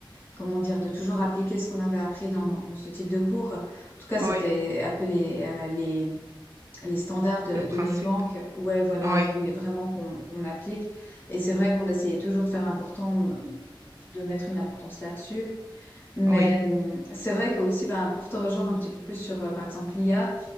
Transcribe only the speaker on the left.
comment dire, de toujours appliquer ce qu'on avait appris dans, dans ce type de cours. En tout cas, c'était
un peu les, euh, les, les standards de,
de notre banque. Ouais, voilà,
ils voulaient vraiment qu'on qu'on applique. Et c'est vrai qu'on essayait toujours de faire important, euh, de mettre une importance là-dessus. Mais
euh, c'est vrai que aussi, ben, pour te rejoindre un petit peu plus sur, euh, par exemple, l'IA.